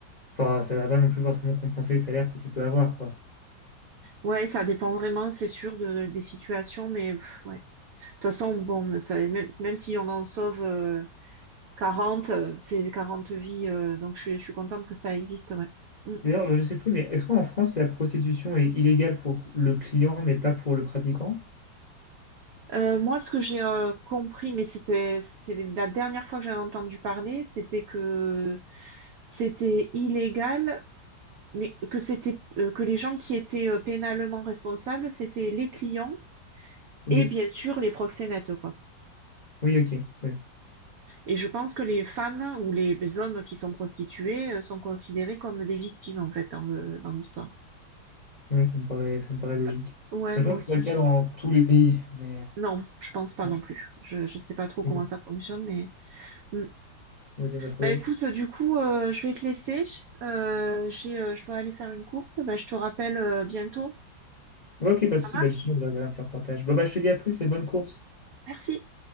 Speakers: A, on the left; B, on the right.
A: enfin, ça va pas non plus forcément compenser les salaires que tu peux avoir, quoi.
B: Ouais, ça dépend vraiment, c'est sûr, de, des situations, mais pff, ouais. De toute façon, bon, ça, même, même si on en sauve... euh, Quarante, euh, c'est 40 vies, euh, donc je, suis je suis contente que ça existe, ouais. Mm.
A: D'ailleurs, euh, je sais plus, mais est-ce qu'en France, la prostitution est illégale pour le client, mais pas pour le pratiquant?
B: Euh, moi, ce que j'ai euh, compris, mais c'était c'est la dernière fois que j'en ai entendu parler, c'était que c'était illégal, mais que c'était euh, que les gens qui étaient euh, pénalement responsables, c'était les clients
A: Ok.
B: et bien sûr les proxénètes, quoi.
A: Oui, ok, oui.
B: Et je pense que les femmes ou les, les hommes qui sont prostitués euh, sont considérés comme des victimes en fait dans le dans l'histoire.
A: Oui, ça me paraît, ça me paraît
B: Ça-
A: logique.
B: Ouais,
A: Mais
B: moi
A: Je crois
B: aussi.
A: que c'est pas le cas dans tous les pays, mais
B: Non, je pense pas
A: bon,
B: non plus. Je, je sais pas trop comment
A: ok.
B: ça fonctionne, mais Hmm.
A: on va dire, bah, faut-
B: bah écoute, euh, du coup, euh, je vais te laisser. Euh, j'ai, euh, je dois aller faire une course. Bah, je te rappelle euh, bientôt.
A: Ouais, ok, pas
B: Ça
A: de souci,
B: marche?
A: bah, du coup, on va regarder un petit reportage. Bah, bah, je te dis à plus et bonne course.
B: Merci.